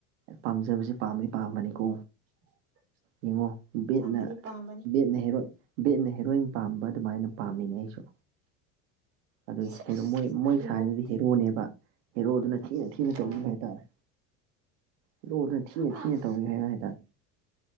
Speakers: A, on the right (about 85°); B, on the right (about 40°).
A: ꯄꯥꯝꯖꯕꯁꯦ ꯄꯥꯝꯕꯗꯤ ꯄꯥꯝꯕꯅꯤꯀꯣ
B: <unintelligible>
A: ꯌꯦꯡꯉꯣ ꯕꯦꯠꯅ
B: ꯄꯥꯝꯕꯅꯤ ꯄꯥꯝꯕꯅꯤ
A: ꯕꯦꯠꯅ ꯍ‌ꯦꯔꯣꯏ ꯕꯦꯠꯅ ꯍꯦꯔꯣꯏꯟ ꯄꯥꯝꯕ ꯑꯗꯨꯃꯥꯏꯅ ꯄꯥꯝꯃꯤꯅꯦ ꯑꯩꯁꯨ ꯑꯗꯨ
B: ꯁꯦꯁ
A: ꯍ‌ꯦꯔ‌ꯣ ꯃꯣꯏ
B: ꯗꯥꯏꯂꯣꯛꯇꯤ
A: ꯃꯣꯏ ꯁꯥꯏꯅꯗꯤ ꯍꯦꯔꯣꯅꯦꯕ ꯍꯦꯔꯣꯗꯨꯅ ꯊꯤꯅ ꯊꯤꯅ ꯇꯧꯕꯤꯕ
B: ꯎꯝ
A: ꯍꯥꯏꯇꯥꯔꯦ ꯍ‌ꯦꯔ‌ꯣꯗꯨꯅ ꯊꯤꯅ
B: ꯁꯕꯥꯁ
A: ꯊꯤꯅ ꯇꯧꯕꯤꯕ ꯍꯥꯏ ꯍꯥꯏꯇꯥꯔꯦ